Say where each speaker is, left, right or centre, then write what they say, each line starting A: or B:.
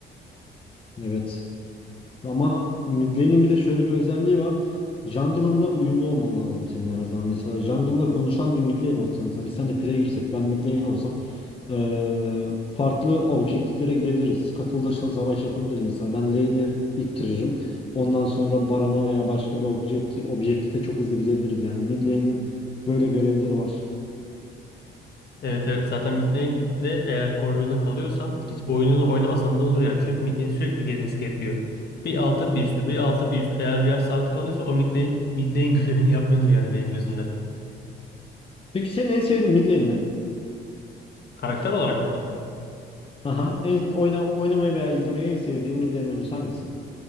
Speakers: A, on the left; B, on the left.
A: Evet. Ama mid lane'in bir de şöyle bir özelliği var. Jungle'ınla uyumlu olman lazım senin her zaman. Mesela jungle'la konuşan bir mid lane olsa mesela biz seninle pire girsek ben mid lane olsam Ee, farklı objektiflere gidebiliriz. Scuttle'da şa- savaş yapabiliriz mesela. Ben lane'i ittiririm. Ondan sonra Baron'a veya başka bir objekti- objektife çok hızlı gidebiliriz yani. Mid lane'in böyle görevleri var.
B: Evet evet zaten mid lane'de eğer koridoruna kalıyorsan hiç oyununu oynamasan da olur yani. Çünkü mid lane'in sürekli gelmesi gerekiyor. Bir altı bir üstü, bir altı bir üstü. Eğer bir yer sabit kalıyorsa o mid lane, mid lane <laughs> görevini yapmıyordur yani benim gözümde.
A: Peki senin en sevdiğin mid lane ne?
B: Karakter olarak mı?
A: Aha. En oyna oynamayı veya izlemeyi en sevdiğin mid lane oyuncusu hangisi?